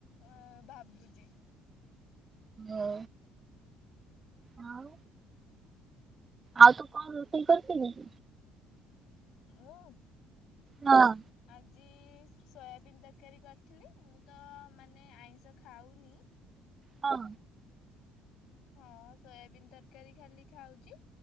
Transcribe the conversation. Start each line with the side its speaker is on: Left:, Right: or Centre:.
Left: ଅ ଭାବୁଛି।
Right: ଓ ହଁ। ଆଉ ତୁ କଣ ରୋଷେଇ କରିଥିଲୁ?
Left: ମୁଁ?
Right: ହଁ।
Left: ଆଜି-ଇ-ଇ-ଇ ସୋୟାବିନ୍ ତରକାରୀ କରିଥିଲି ମୁଁ ତ-ଅ-ଅ ମାନେ ଆଇଁଷ ଖାଉନି।
Right: ହଁ।
Left: ହଁ ସୋୟାବିିନ ତରକାରୀ ଖାଲି ଖାଉଛି।